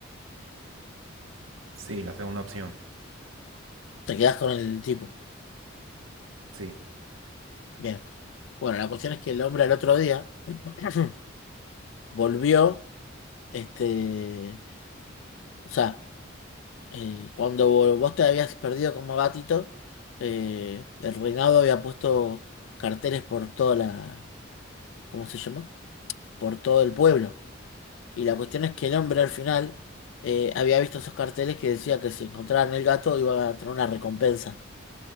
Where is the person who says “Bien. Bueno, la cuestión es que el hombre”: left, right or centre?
Left